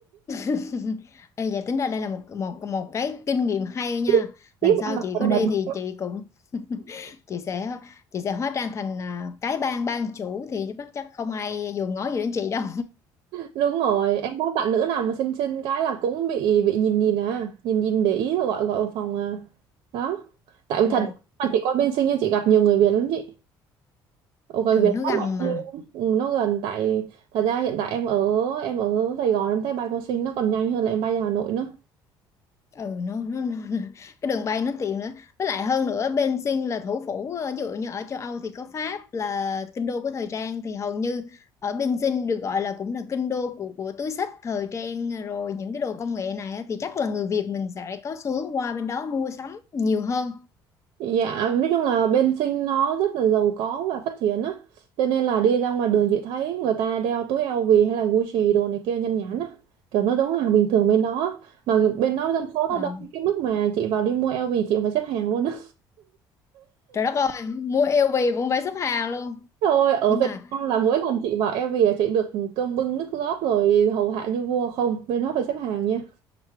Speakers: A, on the left (about 35°); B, on the right (about 70°).
A: <laughs> Ê, dạ tính ra đây là một một một cái kinh nghiệm hay nha.
B: <laughs> tiếp
A: Lần sau
B: ăn
A: chị có đi
B: mặc bẩn
A: thì chị cũng <laughs> chị sẽ chị sẽ hóa trang thành à, cái bang bang chủ thì chắc chắc không ai dùng ngó gì đến chị đâu.
B: Đúng rồi, em có bạn nữ nào mà xinh xinh cái là cũng bị bị nhìn nhìn à, nhìn nhìn để ý rồi gọi gọi vào phòng à. Đó. Tại vì
A: Ờ,
B: thật mà chị qua bên Sinh nha, chị gặp nhiều người Việt lắm chị. Ồ người
A: ừ
B: Việt
A: nó
B: lắm
A: gần mà
B: mà. ừ, nó gần tại thật ra hiện tại em ở em ở Sài Gòn em thấy bay qua Sinh nó còn nhanh hơn là em bay ra Hà Nội nữa.
A: ừ nó, nó, nó nó- cái đường bay nó tiện nữa với lại hơn nữa Beijing là thủ phủ ờ, ví dụ như ở châu Âu thì có Pháp là kinh đô của thời trang thì hầu như ở Beijing được gọi là cũng là kinh đô của của túi xách thời trang rồi những cái đồ công nghệ này á, thì chắc là người Việt mình sẽ có xu hướng qua bên đó mua sắm nhiều hơn
B: Dạ, nói chung là bên Sinh nó rất là giàu có và phát triển á. Cho nên là đi ra ngoài đường chị thấy người ta đeo túi LV hay là Gucci đồ này kia nhan nhản á. Kiểu nó giống hàng bình thường bên đó. Mà bên đó dân số nó
A: ờ.
B: đông đến cái mức mà chị vào đi mua LV chị cũng phải xếp hàng luôn á.
A: trời đất ơi mua LV cũng phải xếp hàng luôn
B: Rồi <laughs> ở
A: nhưng
B: Việt
A: mà
B: Nam là mỗi lần chị vào LV là chị được cơm bưng nước rót rồi hầu hạ như vua không. Bên đó phải xếp hàng nha.